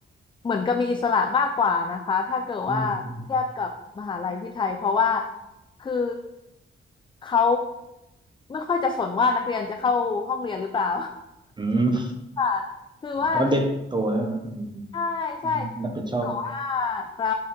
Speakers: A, on the left; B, on the right.
A: เหมือนกับมีอิสระมากกว่านะคะถ้าเกิดว่าเทียบกับมหาลัยที่ไทยเพราะว่า
B: อืม
A: คือเขาไม่ค่อยจะสนว่านักเรียนจะเข้าห้องเรียนหรือเปล่า
B: อืม
A: <laughs> ค่ะคือว่าถึง
B: เพราะเด็กโตแล้วนะอืม
A: ใช่ใช่
B: อืมรับผิดชอบ
A: แต่ว่าเรา